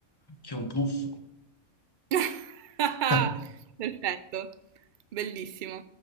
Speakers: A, on the left (about 20°); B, on the right (about 65°).
A: che un puff.
B: <laughs>
A: <laughs>
B: Perfetto, bellissimo.